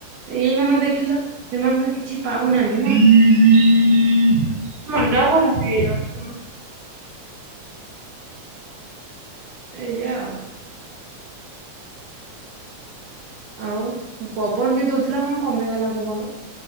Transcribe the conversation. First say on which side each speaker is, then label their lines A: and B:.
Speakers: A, on the right; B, on the right.
A: ଏଇ ମ ଦେଖିଲ ସେମାନେ ତ କିଛି ପାଉନାହାନ୍ତି।
B: ହୁଁ
A: ନା
B: ହୁଁ <inaudible> ମୁଣ୍ଡ କଣ ହେଇଯାଉଛି?
A: ଏଇୟା ଉ ଆଉ ପବନ ଟିକେ ଦଉଥିଲା କଣ କମିଗଲା ପବନ।